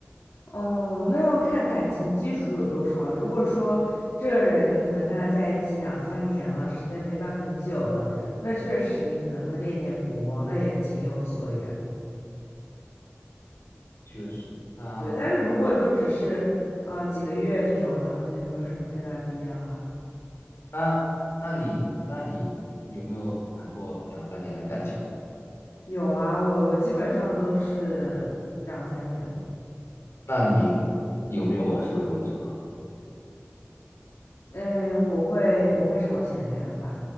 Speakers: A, on the left (about 80°); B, on the left (about 65°).
A: 哦，那要看感情基础有多少了。如果说这个人你可能跟他在一起两三年了，时间陪伴很久了，那确实你可能会恋恋不忘，那也情有所原。
B: 确实，那
A: 对，但是如果就只是啊、呃几个月这种，那好像也没有什么太大必要哈。
B: 那那你那你有没有谈过两三年的感情？
A: 有啊，我我基本上都是两三年的。
B: 那你有没有我说的这种情况？
A: 嗯，我会我会朝前看吧。